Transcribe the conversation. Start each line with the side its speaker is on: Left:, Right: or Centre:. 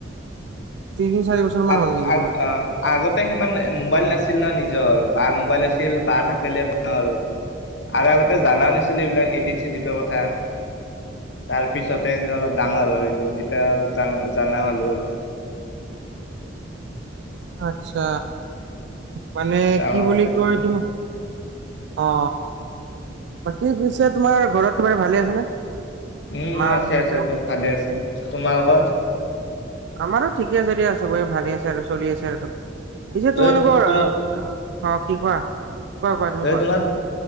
Right: তিনি চাৰি বছৰ মান
Left: আ,
Right: হ'ল নেকি
Left: আ
Right: তোমাৰ
Left: আগতে সিমান মোবাইল নাছিল ন নিজৰ। নিজ আৰু বাৰ মোবাইল আছিল বাৰ থাকিলে বনা আৰু। <unintelligible> আৰু আগতে জানা নছিলো এইবিলাক এডিট চিডিটৰ কথা। তাৰ পিছতে যে অলপ ডাঙৰ হৈলো তেতিয়া জানা হ'লো আৰু।
Right: <inaudible> আচ্ছা মানে
Left: ডাঙৰ
Right: কি বুলি কয় এইটো। অ বাকী পিছে তোমাৰ ঘৰত তোমাৰ ভালে আছে নে। <unintelligible>
Left: উম
Right: মা
Left: আছে
Right: দেউতা
Left: আছে চব ভালে আছে তোমালোকৰ।
Right: আমাৰো ঠিকে আছে দিয়া চবে ভালে আছে আৰু চলি আছে আৰু। <unintelligible> পিছে তোমালোকৰ
Left: এ তুমি
Right: আহ অ কি কোৱা, কোৱা কোৱা তুমি
Left: এ
Right: কোৱা।
Left: তোমাৰ